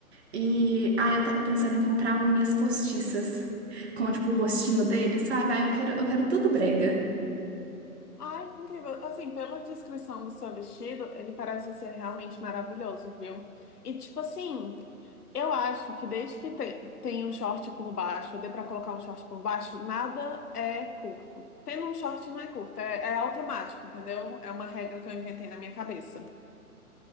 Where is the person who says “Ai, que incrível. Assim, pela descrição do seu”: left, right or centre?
Left